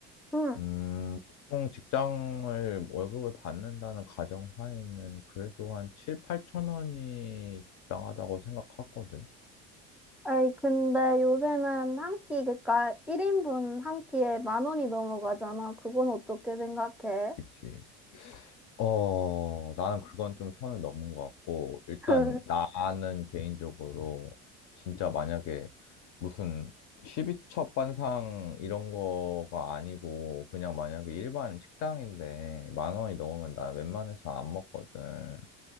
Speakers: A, in the centre; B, on the left.
A: 응.
B: 음, 보통 직장을 월급을 받는다는 가정하에는 그래도 한 7, 8천 원이 적당하다고 생각하거든.
A: 아이, 근데 요새는 한 끼, 그러니까 1인분 한 끼에 만 원이 넘어가잖아. 그건 어떻게 생각해?
B: 그치. 어, 나는 그건 좀 선을 넘은 것 같고, 일단
A: <laughs>
B: 나는 개인적으로 진짜 만약에 무슨 12첩 반상 이런 거가 아니고, 그냥 만약에 일반 식당인데 만 원이 넘으면 나 웬만해서 안 먹거든.